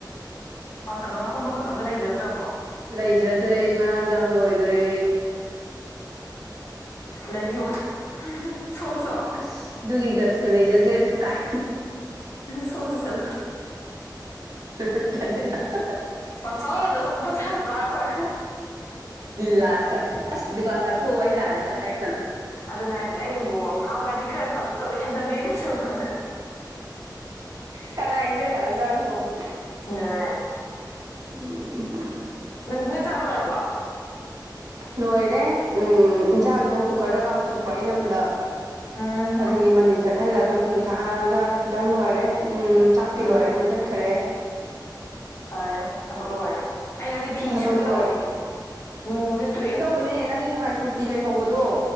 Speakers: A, on the left (about 35°); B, on the right (about 50°).
A: ꯀꯅꯣ ꯉꯥꯀꯨꯞ ꯃꯀꯛꯀ ꯑꯝꯇ ꯂꯩꯖꯗ꯭ꯔꯕꯣ
B: ꯂꯩꯖꯗ꯭ꯔꯦ ꯉꯔꯥꯡꯗꯥꯡ ꯂꯣꯏꯒ꯭ꯔꯦ
A: ꯂꯩꯕꯤꯌꯨ <inaudible> ꯁꯣꯠꯂꯨꯆꯣ
B: ꯑꯁ ꯑꯗꯨꯒꯤ ꯒꯠꯁꯀ ꯂꯩꯖꯗ꯭ꯔꯦꯗ ꯀꯥꯏ
A: ꯁꯣꯠꯂꯨꯆꯣ ꯆꯠꯂꯨ
B: <inaudible>
A: ꯄꯪꯁꯣꯠꯇ ꯁꯣꯠꯂꯨ ꯄꯪꯆꯥꯗ ꯆꯥꯔ ꯂꯣꯏꯔꯦ
B: ꯂꯥꯁꯇ ꯑꯁ ꯗꯨꯀꯥꯟ ꯇꯥꯛꯊꯣꯛꯎꯕ ꯑꯩꯅ ꯂꯥꯜꯂꯗ꯭ꯔꯥ ꯍꯥꯢꯔꯛꯇꯅ
A: ꯑꯗꯨꯅꯦ ꯍꯥꯏꯖꯦ ꯑꯩꯕꯨ ꯉꯍꯥꯟꯋꯥꯏꯗꯤ ꯈꯔ ꯐꯪꯒꯨꯝ ꯇꯧꯕꯅꯦ ꯍꯦꯟꯖꯜꯂꯦꯅꯦ ꯁꯨꯝ ꯑꯅ
B: ꯀꯅꯥ ꯏꯟꯖꯜꯂꯛꯑ ꯖꯥꯠꯅꯣꯅ
A: ꯈꯪꯗꯨꯅ ꯍꯥꯏꯁ
B: ꯎꯝ
A: ꯅꯪ ꯅ ꯆꯥꯛ ꯂꯣꯢꯔꯕꯣ
B: ꯂꯣꯏꯔꯦ ꯎꯝ ꯢꯪꯖꯥꯡꯗꯣ ꯀꯨꯀꯔꯗ ꯀꯥꯝꯊꯣꯛꯄ ꯑꯩꯅ ꯄꯨꯜꯂꯞ
A: ꯎꯝ
B: ꯑꯗꯨꯒꯤ ꯃꯅꯤꯟ ꯆꯠꯍꯜꯂꯒ ꯊꯨꯝ ꯊꯥꯛꯑꯒꯗꯪ ꯂꯣꯏꯔꯦ ꯎꯝ ꯆꯥꯛꯇꯤ
A: ꯎꯝ
B: ꯂꯣꯏꯔꯦ ꯃꯨꯊꯠꯈ꯭ꯔꯦ
A: ꯐꯔꯦꯅꯦ ꯊꯕꯛ ꯂꯣꯏꯔꯦꯅꯦ ꯑꯩ ꯉꯁꯤ ꯐꯤ
B: ꯊꯕꯛ
A: ꯁꯨꯒꯦ
B: ꯂꯣꯏꯔꯦ
A: ꯇꯧꯕꯅꯤ ꯅꯣꯡꯖꯤ ꯇꯣꯛꯑꯦ
B: ꯍꯣꯅꯦ ꯅꯪꯒꯤ ꯉꯍꯥꯟ ꯀꯨꯔꯇꯤ ꯂꯩꯍꯧꯕꯗꯣ